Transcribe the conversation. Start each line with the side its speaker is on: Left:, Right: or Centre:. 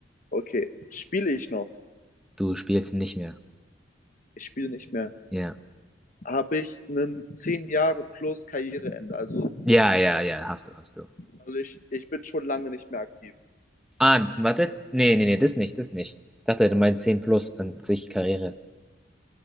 Left: Okay. Spiele ich noch?
Centre: Du spielst nicht mehr.
Left: Ich spiele nicht mehr.
Centre: Ja.
Left: Habe ich einen 10 Jahre plus Karriereende? Also,
Centre: Ja, ja, ja, hast du, hast du.
Left: also ich, ich bin schon lange nicht mehr aktiv.
Centre: Ah, warte. Nee, nee, nee, das nicht, das nicht. Ich dachte, du meinst 10 plus an sich Karriere.